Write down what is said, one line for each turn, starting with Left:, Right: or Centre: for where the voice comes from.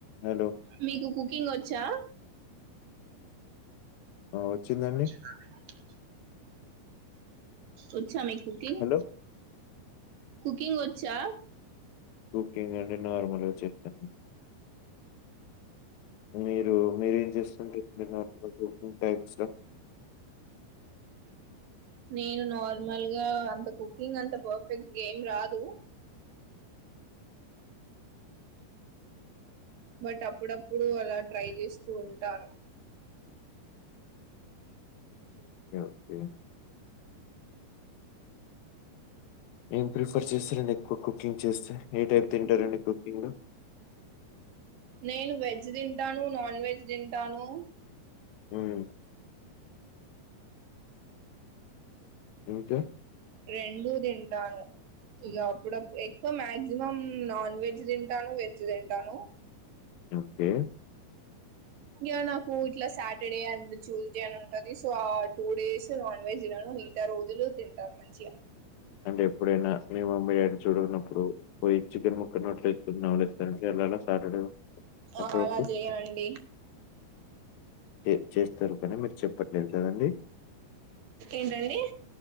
Left: Hello
Right: మీకు cooking వచ్చ్ చా.
Left: ఆ! వచ్చిందండి.
Right: చిన్నడించ్. వచ్చా మీకు. కుకింగ్.
Left: హలో!
Right: కుకింగ్ వచ్చా.
Left: కుకింగ్ అంటే నార్మల్గా చేతాను. మీరు మీరేం చేస్కొని తింటుంటారు కుకింగ్ టైప్స్ లా
Right: నేను నార్మల్ గా అంత కుకింగ్ అంత పర్ఫెక్ట్ ఏమ్ రాదు బట్ అప్పుడప్పుడు అలా ట్రై చేస్తూ ఉంటాను
Left: ఓకే ఓకే ఏం ప్రిఫర్ చేస్తారండి ఎక్కువ కుకింగ్ చేస్తే ఏ టైప్ తింటారండి కుకింగ్
Right: నేను వెజ్ తింటాను నాన్ వెజ్ తింటాను
Left: హుమ్ ఇంక
Right: రెండు తింటాను ఇగ ఇప్పుడు ఎక్కువ మాక్సిమం నాన్ వెజ్ తింటాను వెజ్ తింటాను
Left: ఓకే
Right: ఇంకా నాకు ఇట్లా సాటర్డే అండ్ ట్యూస్డే అని ఉంటది సో ఆ టూ డేస్ నాన్ వెజ్ తినను మిగతా రోజులు తింటాను మంచిగా
Left: అంటే ఎప్పుడైనా మీ మమ్మీ డాడీ చూడనప్పుడు పోయి చికెన్ ముక్క నోట్లు వేసుకుంట నవలేస్తర సటర్డే
Right: ఆ,
Left: అప్పుడప్పుడు
Right: అలా చేయండి
Left: చె చె చేస్తరు కానీ మీరు చెప్పట్లేదు కదండి
Right: ఏంటండి